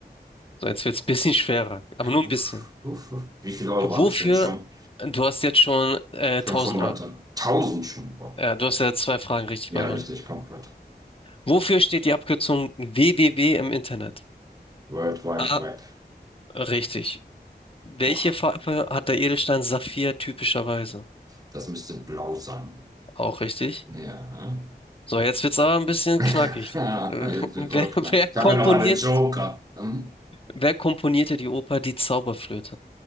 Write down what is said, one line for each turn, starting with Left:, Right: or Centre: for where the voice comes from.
Left: So, jetzt wird's ein bisschen schwerer, aber nur ein
Right: Uff,
Left: bisschen.
Right: uff, uff. Wie viele Euro
Left: Wofür,
Right: habe ich denn schon?
Left: du hast jetzt schon äh,
Right: fünfhundert
Left: 1000 Euro.
Right: und 1000 schon. Boah.
Left: Ja, du hast ja zwei Fragen richtig
Right: Ja,
Left: beantwortet.
Right: richtig, kommt weiter.
Left: Wofür steht die Abkürzung www im Internet?
Right: World Wide
Left: A.
Right: Web.
Left: Richtig. Welche
Right: Boah,
Left: Farbe hat der Edelstein Saphir typischerweise?
Right: das müsste blau sein.
Left: Auch richtig.
Right: Ja.
Left: So, jetzt wird's aber ein bisschen
Right: <laughs> Jetzt
Left: knackig. Äh, <laughs>
Right: wird's
Left: Wer,
Right: auch knack.
Left: wer komponiert,
Right: Ich habe ja noch einen Joker. Ähm,
Left: wer komponierte die Oper Die Zauberflöte?